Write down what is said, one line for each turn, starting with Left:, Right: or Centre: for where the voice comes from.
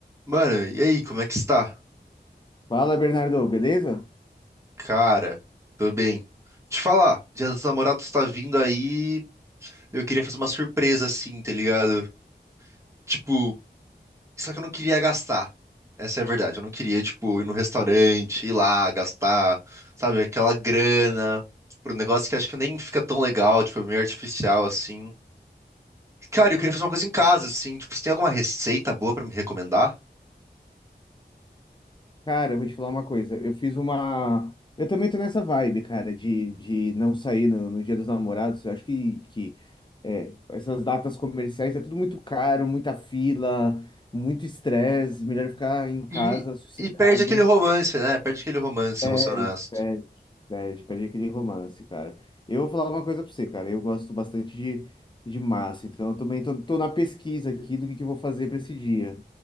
Right: Mano, e aí, como é que está?
Left: Fala, Bernardo, beleza?
Right: Cara, tô bem. Te falar, Dia dos Namorados tá vindo aí. Eu queria fazer uma surpresa assim, tá ligado? Tipo, só que eu não queria gastar. Essa é a verdade. Eu não queria, tipo, ir no restaurante, ir lá, gastar, sabe, aquela grana pro negócio que acho que nem fica tão legal, tipo, é meio artificial assim. Cara, eu queria fazer uma coisa em casa, assim. Tipo, você tem alguma receita boa pra me recomendar?
Left: Cara, eu vou te falar uma coisa. Eu fiz uma. Eu também tô nessa vibe, cara, de, de não sair no, no Dia dos Namorados. Eu acho que, que é, essas datas comerciais é tudo muito caro, muita fila, muito estresse. Melhor ficar em casa,
Right: E,
Left: sossegado.
Right: e perde aquele romance, né? Perde aquele romance,
Left: Perde,
Right: vamos ser honestos.
Left: perde, perde, perde aquele romance, cara. Eu vou falar uma coisa pra você, cara. Eu gosto bastante de, de massa, então eu também tô, tô na pesquisa aqui do que, que eu vou fazer pra esse dia.